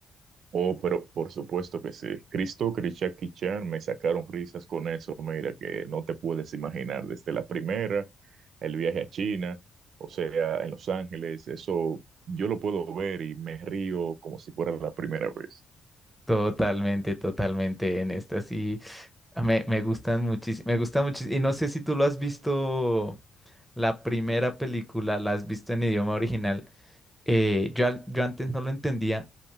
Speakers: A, on the right (about 60°); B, in the centre.
A: Oh, pero por supuesto que sí. Cristo, Krishaki Chan, me sacaron risas con eso, mira, que no te puedes imaginar desde la primera, el viaje a China, o sea, en Los Ángeles, eso yo lo puedo ver y me río como si fuera la primera vez.
B: Totalmente, totalmente en estas. Me, me gustan muchísimo, me gustan muchísimo. Y no sé si tú lo has visto, la primera película, la has visto en idioma original. Eh, yo, al- yo antes no lo entendía,